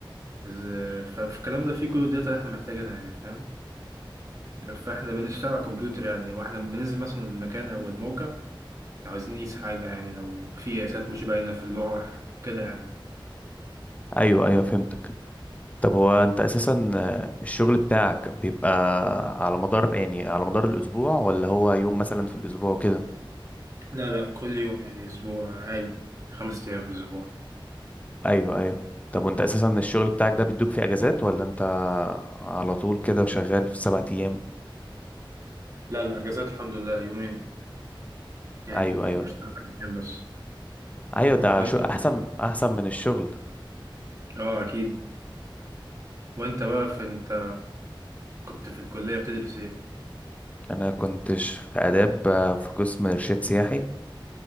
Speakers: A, on the right; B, on the left.
A: إز- ففي الكلام ده فيه كل الداتا اللي احنا محتاجينها يعني فاهم فاحنا بنشتغل على الكمبيوتر يعني واحنا بننزل مثلا المكان او الموقع لو عايزين نقيس حاجه يعني لو في قياسات مش باينه في اللوح كده يعني
B: ايوه ايوه فهمتك طب هو انت اساسا آه، الشغل بتاعك بيبقى على مدار يعني على مدار الاسبوع ولا هو يوم مثلا في الاسبوع وكده
A: لا لا كل يوم يعني اسبوع عالي خمس ايام في الاسبوع
B: ايوه ايوه طب وانت اساسا الشغل بتاعك ده بيدوك فيه اجازات ولا انت على طول كده وشغال في سبعة ايام
A: لا لا اجازات الحمد لله يومين يعني
B: ايوه ايوه
A: بشتغل خمس ايام بس
B: ايوه ده
A: وانت
B: شو احسن احسن من الشغل
A: اه اكيد وانت بقى في انت كنت في الكلية بتدرس ايه
B: انا كنتش في اداب آه، في قسم ارشاد سياحي